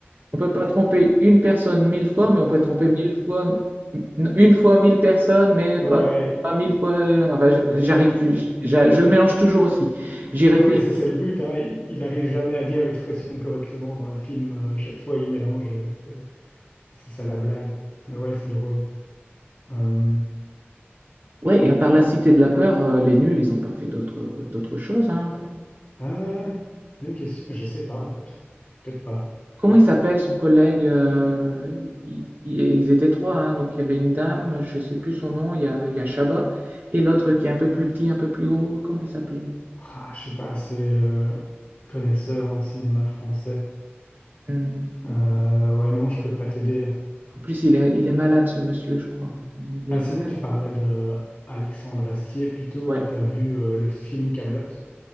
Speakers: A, on the right; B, on the left.
A: on peut pas tromper une personne mille fois, mais on peut tromper mille fois, une fois mille personnes, mais
B: Ouais,
A: pas, pas mille fois. euh, enfin, je- j'arrive plus. Je, je- je le mélange toujours aussi. J'y réfléchis.
B: ouais, mais ça c'est le but, hein. Il il arrive jamais à dire l'expression correctement dans le film. Euh, chaque fois, il mélange. euh, C'est, c'est ça la blague. Mais ouais, c'est drôle. Euh,
A: Ouais, et à part la Cité de la Peur, euh, les nuls, ils n'ont pas fait d'autres euh, d'autres choses hein, après.
B: ah, bonne question. Je sais pas en fait. Peut-être pas.
A: Comment il s'appelle son collègue euh, il- il- Ils étaient trois, hein, donc il y avait une dame, je sais plus son nom, il y a, il y a Chabat, et l'autre qui est un peu plus petit, un peu plus gros, comment il s'appelait?
B: Ah, je suis pas assez euh, connaisseur en cinéma français.
A: Hum,
B: Euh, ouais, non, je peux pas t'aider là.
A: En plus, il est, il est malade ce monsieur, je crois. Il
B: Ah,
A: a une
B: sinon,
A: maladie.
B: tu parlais de Alexandre Astier plutôt.
A: Ouais.
B: T'as vu euh, le film Camelot?